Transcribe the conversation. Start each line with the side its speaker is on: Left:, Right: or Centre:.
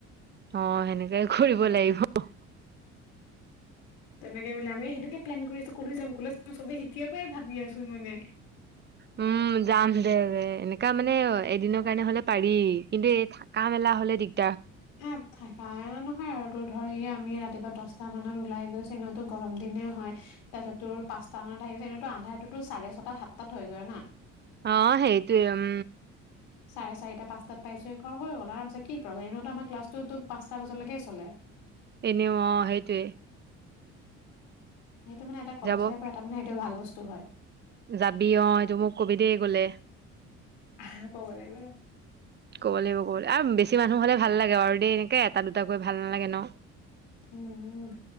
Right: অ সেনেকাই কৰিব লাগিব।
Left: তেনে আম সেইটোকে প্লেন কৰি আছো। ক'লৈ যাম ক'লৈ যাম চবেই এতিয়াৰ পৰাই ভাবি আছো মানে।
Right: উম যাম দে দে এনেকা মানে এদিনৰ কাৰণে হলে পাৰি কিন্তু এই থকা মেলা হলে দিগদ।
Left: এ থাকা আনে নহয় আৰু তোৰ ধৰি আমি ৰাতিপুৱা দহটা মানত ওলাই গৈছ এ ইনেওতো গৰম দিনে হয় তাৰপিছত তোৰ পাঁচটা মানত আহি গৈছে এনেতোন্ধটোতো চাৰে ছটা সাতটাত হৈ গৈ না
Right: অ সেইটোৱে উম
Left: চাৰে চাৰিটা পাঁচটাত পাইছো ঘৰ হৈ গ'ল আৰু কিতো আমাৰ ক্লাছটো পাঁচটা বজালৈকে চলে
Right: এনেও অ সেইটোয়ে
Left: সেইটো মানে এটা কলেজ
Right: যাব
Left: লাইফ এটো মানে সেইটো ভাল বস্তু <unintelligible> হয়
Right: যাবি অ এইটো মোক কবি দেই গলে
Left: হ কব লাগিব ন
Right: ক'ব লাগিব ক'ব আৰু বেছি মানুহ হলে ভাল লাগে বাৰু দেই এনেকে এটা দুটাাকৈ ভাল নালাগে ন
Left: উম উ